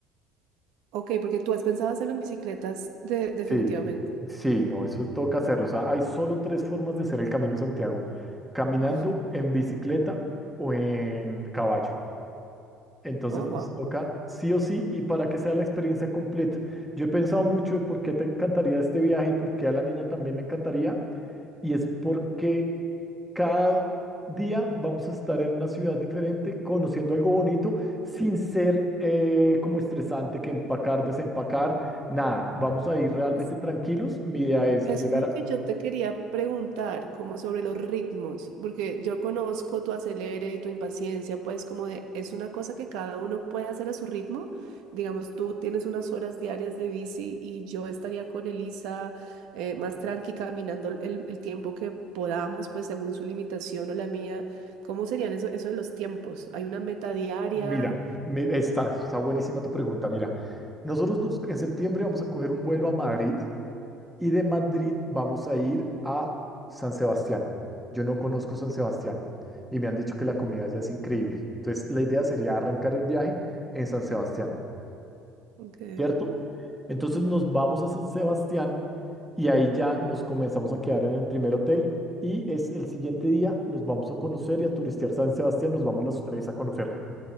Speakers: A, on the right; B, in the centre.
A: Ok, porque tú has pensado hacerlo en bicicletas de- definitivamente.
B: Sí, sí, no, eso toca hacerlo. O sea, hay solo tres formas de hacer el Camino de Santiago, caminando,
A: Ujú.
B: en bicicleta o en caballo. Entonces
A: Oh,
B: nos
A: wow.
B: toca sí o sí y para que sea la experiencia completa. Yo he pensado mucho de por qué te encantaría este viaje y por qué a la niña también le encantaría. Y es porque Cada día vamos a estar en una ciudad diferente, conociendo algo bonito, sin ser eh, como estresante que empacar, desempacar, nada. Vamos a ir realmente
A: Es-
B: tranquilos. Mi idea es
A: Eso
B: llegar
A: es lo
B: a...
A: que yo te quería preguntar, como sobre los ritmos, porque yo conozco tu acelere y tu impaciencia, pues como de, es una cosa que cada uno puede hacer a su ritmo. Digamos, tú tienes unas horas diarias de bici y yo estaría con Elisa eh, más tranqui caminando el, el tiempo que podamos, pues según su limitación o la mía. ¿Cómo serían eso, eso de los tiempos? ¿Hay una meta diaria?
B: Mira, mi- está, está buenísima tu pregunta. Mira, nosotros nos- en septiembre vamos a coger un vuelo a Madrid y de Madrid vamos a ir a San Sebastián. Yo no conozco San Sebastián y me han dicho que la comida allá es increíble. Entonces, la idea sería arrancar el viaje en San Sebastián.
A: Ok,
B: ¿Cierto? Entonces nos vamos a San Sebastián y ahí ya nos comenzamos a quedar en el primer hotel y es el siguiente día nos vamos a conocer y a turistear San Sebastián, nos vamos los tres a conocerlo.